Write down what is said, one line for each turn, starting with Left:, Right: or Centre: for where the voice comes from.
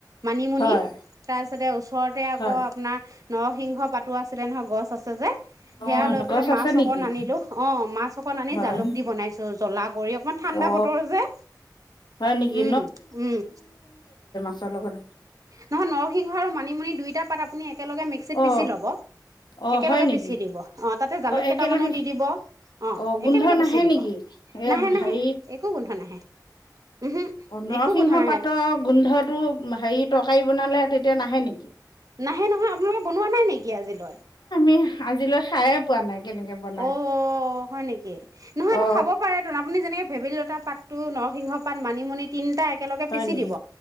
Right: মানিমুনি
Left: হয়
Right: ত, ততে ওচৰতে আকৌ
Left: হয়
Right: আপোনাৰ নৰসিংহ পাতি আছিলে নহয় গছ আছে যে,
Left: অ
Right: সেইয়া লৈ
Left: গছ
Right: পেলাই
Left: আছে
Right: মাছ
Left: নেকি
Right: অকণ আনিলো। অ', মাছ অকণ আনি
Left: হয়
Right: জালুক দি বনাইছো, জলা কৰি অকমান ঠাণ্ডা
Left: অ
Right: বতৰ যে,
Left: হয় নেকি
Right: উম উম।
Left: মাছ লগত
Right: নহয় নৰসিংহ আৰু মানিমুনি দুয়োটা পাত আপুনি এক একেলগে মিক্সিত
Left: অ
Right: পিচি ল'ব
Left: অ
Right: একেলগে
Left: হয় নেকি
Right: পিচি দিব অঁ তাতে জালুক
Left: অ একেলগে
Right: কেইটামানো দি দিব অঁ
Left: অ গোন্ধ
Right: একেলগে
Left: নাহে
Right: পিচি দিব
Left: নেকি এ
Right: নাহে নাহে
Left: হেৰি
Right: একো গোন্ধ নাহে উহু
Left: নৰসিংহ
Right: একো গোন্ধ নাহে
Left: পাতৰ গোন্ধটো হেৰি তৰকাৰী বনালে তেতিয়া নাহে নেকি
Right: নাহে নহয় আপোনালোকে বনোৱা নাই নেকি আজিলৈ
Left: উমহ আজিলৈ খায়ে পোৱা নাই কেনেকে বনাই
Right: অ হয় নেকি নহয়টো
Left: অ
Right: খাব পাৰে তোন আপুনি যেনেকে ফেভিল লতা পাতটো নৰসিংহ পাত মানিমুনি তিনিটা এক একেলগে
Left: হয়
Right: পিচি
Left: নেকি
Right: দিব